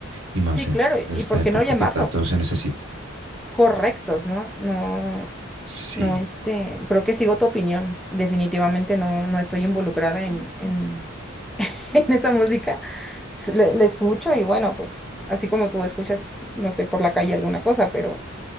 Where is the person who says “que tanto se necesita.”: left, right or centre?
Right